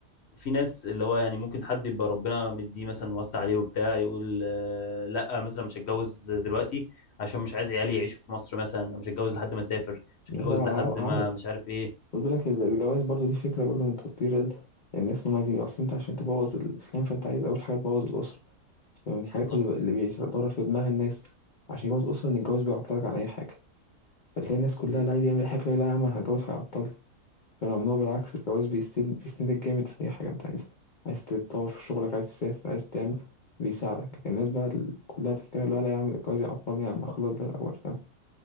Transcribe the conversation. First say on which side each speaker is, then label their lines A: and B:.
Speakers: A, on the left; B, on the left.
A: في ناس اللي هو يعني ممكن حد يبقى ربنا مديه مثلا وسع عليه وبتاع يقول آه، لا مثلا مش هتجوز دلوقتي عشان مش عايز عيالي يعيشوا في مصر مثلا مش هتجوز لحد ما اسافر مش
B: ده
A: هتجوز
B: ع-
A: لحد ما
B: عبط
A: مش عارف ايه
B: خد بالك ال- الجواز برضو دي فكره برضو من تطوير ال- الناس اللي هم عايزين اصل انت عشان تبوظ الاسلام فانت عايز اول حاجه تبوظ الاسره فمن الحاجات
A: بالظبط
B: اللي اللي بيدور في دماغ الناس عشان يبوظ الاسره ان الجواز بيعطلك عن اي حاجه فتلاقي
A: كلام
B: الناس
A: سليم
B: كلها لا عايز يعمل أي حاجه لا لا يا عم أنا هتجوز هيعطلني رغم ان هو بالعكس الجواز بيسند بيسندك جامد في اي حاجه انت عايزها عايز تتطور في شغلك عايز تسافر عايز تعمل بيساعدك الناس بقى ال- كلها تفكيرها لا لا يا عم ده الجواز يعطلني اما اخلص ده الاول فاهم